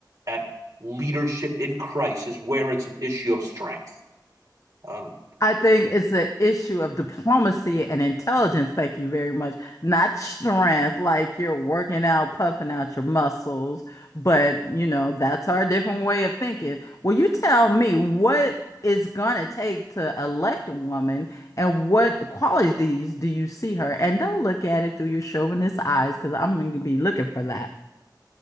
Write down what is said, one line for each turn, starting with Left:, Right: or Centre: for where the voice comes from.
Right: at leadership in crisis where it's an issue of strength. Um,
Left: I think it's an issue of diplomacy and intelligence. Thank you very much. Not strength, like you're working out, puffing out your muscles, but you know, that's our different way of thinking. Well, you tell me what it's gonna take to elect a woman and what qualities do you do you see her? And don't look at it through your chauvinist eyes, because I'm gonna be looking for that.